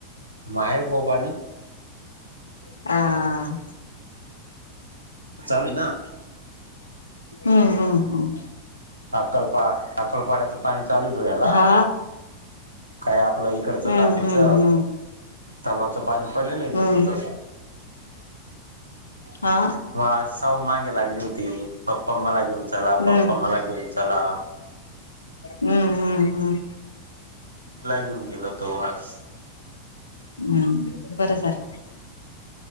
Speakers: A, on the right; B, on the left.
A: माहे बोपानी...
B: आ...
A: चालू आहे ना
B: हम्म हम् हम्...
A: अक्कलपा अक्कलपाड्याच पाणी चालू हे धुळ्याला
B: हा
A: खयात... आपलं इकडच
B: हम्म
A: तापीच
B: हम्म हम्म
A: तलावचं पाणी पडलेले
B: हम्म
A: जसच तस....
B: हा
A: म सव मागे लागली होती पप्पा मला घेऊन चला
B: हम्म
A: पप्पा मला घेऊन चला...
B: हम्म हम्म हम्म...
A: ला घेऊन गेलो तो आज...
B: हम् बरं झालं..